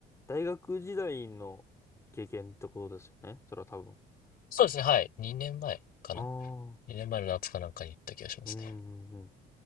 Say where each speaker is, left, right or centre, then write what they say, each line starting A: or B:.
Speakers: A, on the left (about 15°); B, on the left (about 60°).
A: 大学時代の経験ってことですよね。それは多分。
B: そうですね、はい。2年前かな
A: ああ、
B: ?2 年前の夏かなんかに行った気がしますね。
A: うん、うんうん。